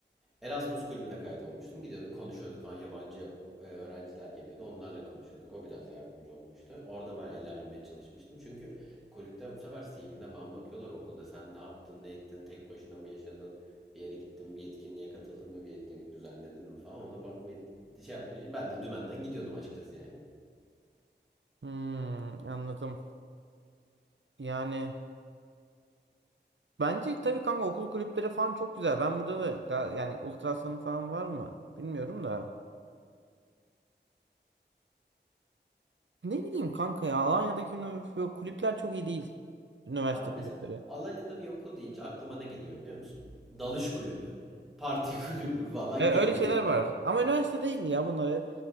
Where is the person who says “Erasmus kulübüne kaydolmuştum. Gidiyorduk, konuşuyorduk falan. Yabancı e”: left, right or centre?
Centre